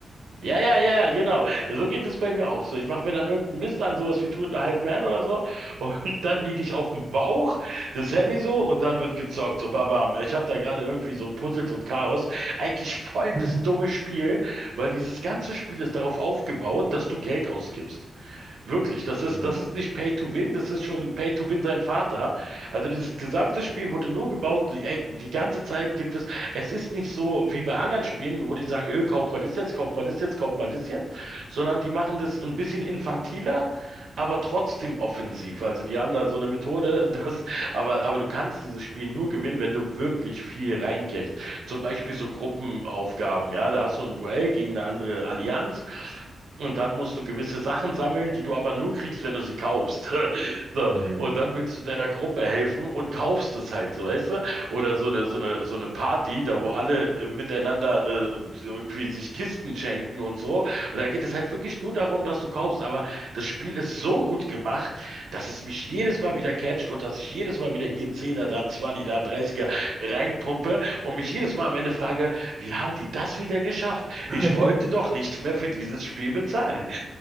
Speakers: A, on the right; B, on the right.
A: Ja, ja, ja, genau. So geht es bei mir auch so. Ich mache mir dann irgendeinen Mist an, sowas wie Two and a Half Man oder so. <laughs> Und dann liege ich auf dem Bauch, das Handy so, und dann wird gezockt. So, babam. Ich habe da gerade irgendwie so Puzzles und Chaos. Eigentlich voll
B: Hm.
A: das dumme Spiel, weil dieses ganze Spiel ist darauf aufgebaut, dass du Geld ausgibst. Wirklich, das ist,
B: Hm.
A: das ist nicht Pay to Win, das ist schon Pay to Win sein Vater. Also dieses gesamte Spiel wurde nur gebaut, die- ey, die ganze Zeit gibt es, es ist nicht so wie bei anderen Spielen, wo die sagen, öh, kauf mal das jetzt, kauf mal das jetzt, kauf mal das jetzt, sondern die machen das ein bisschen infantiler, aber trotzdem offensiv. Also die haben da so eine Methode, <laughs> dass, aber, aber du kannst dieses Spiel nur gewinnen, wenn du wirklich viel reinkriegst. Zum Beispiel so Gruppenaufgaben, ja, da hast du ein Duell gegen eine andere Allianz. Und dann musst du gewisse Sachen sammeln, die du aber nur kriegst, wenn du sie kaufst. <laughs> So,
B: Hm.
A: und dann willst du deiner Gruppe helfen und kaufst es halt, so weißt du? Oder so eine, so eine, so eine Party, da wo alle äh, miteinander äh, und irgendwie sich Kisten schenken und so. Und da geht es halt wirklich nur darum, dass du kaufst. Aber das Spiel ist so gut gemacht, dass es mich jedes Mal wieder catcht und dass ich jedes Mal wieder hier einen Zehner, da einen Zwanni, da einen Dreißiger reinpumpe und mich jedes Mal am Ende frage, wie haben die das wieder geschafft?
B: <laughs>
A: Ich wollte doch nichts mehr für dieses Spiel bezahlen. <laughs>